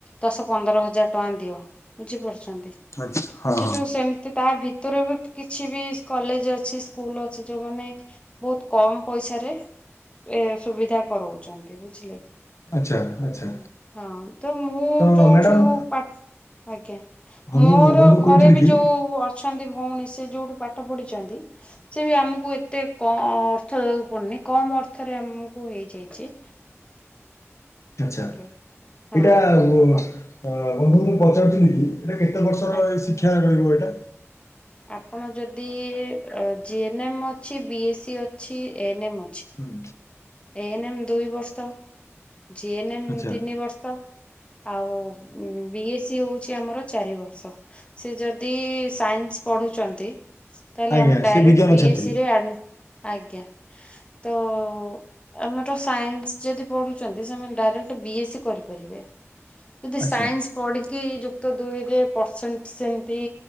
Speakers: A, on the left; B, on the left.
A: ଦଶ ପନ୍ଦର ହଜାର ଟଙ୍କା ଦିଅ ବୁଝିପାରୁଛନ୍ତି
B: ଆଚ୍ଛା ହଁ
A: ସେଠୁ
B: ହଁ।
A: ସେମ ତା ଭିତରେ ବି କିଛି ବି କଲେଜ ଅଛି ସ୍କୁଲ ଅଛି ଯୋଉମାନେ ବହୁତ କମ୍ ପଇସାରେ ଏ ସୁବିଧା କରଉଚନ୍ତି ବୁଝିଲେ।
B: ଆଚ୍ଛା ଆଚ୍ଛା
A: ଉଁ ହଁ ତ ମୁଁ
B: ତ
A: ଯୋଉଠୁ
B: ମ୍ୟାଡ଼ାମ୍
A: ପା ଆଜ୍ଞା
B: ହଁ
A: ମୋର
B: ମୁଁ ବନ୍ଧୁ
A: ଘରେ
B: କହୁଥିଲି
A: ବି
B: କି
A: ଯୋଉ ଅ ଅଛନ୍ତି ଭଉଣୀ ସେ ଯୋଉଠୁ ପାଠ ପଢିଛନ୍ତି ସେ ବି ଆମକୁ ଏତେ କର ଅର୍ଥ ପନି କମ ଅର୍ଥରେ ଆମକୁ ହେଇଯାଇଛି।
B: ଆଛା
A: ଆଜ୍ଞା ହଁ
B: ଏଇଟା ଉଁ
A: ଆପଣ
B: ବନ୍ଧୁଙ୍କୁ ପଚାରୁଥିଲି କି? ଏଇଟା କେତେ ବର୍ଷର
A: ଆଜ୍ଞା
B: ଶିକ୍ଷା ରହିବ ଏଇଟା।
A: ଆପଣ ଯଦି ଜିଏନ୍ଏମ୍ ଅଛି ବି ଏସ୍ ସି ଅଛି ଏ ଏନ୍ ଏମ୍
B: ହୁଁ।
A: ଏ ଏନ୍ ମ ଦୁଇ ବର୍ଷ। ଜି ଏନ ଏମ୍
B: ଆଚ୍ଛା
A: ତିନି ବର୍ଷ ଆଉ ବି ଏ ସି ହଉ ଚି ଆମର ଚାରି ବର୍ଷ ସେ ଯଦି ସାଇନସ ପଢୁଛନ୍ତି। ତାହେଲେ
B: ଆଜ୍ଞା
A: ଆମର ଡାଇରେକ୍ଟ
B: ସେ ବିଜ୍ଞାନ
A: ବିଏସି
B: ଛାତ୍ରୀ
A: ରେ ଆଜ୍ଞା ତ ଆମର ସାଇନ୍ସ ଯଦି ପଢୁଛନ୍ତି ସେମାନେ ଡାଇରେକ୍ଟ ବିଏସ୍ ସି କରିପାରିବେ। ଯଦି ସାଇନ୍ସ
B: ଆଚ୍ଛା
A: ପଢିକି ଯୁକ୍ତ ଦୁଇରେ ପରସେଣ୍ଟ ସେମିତି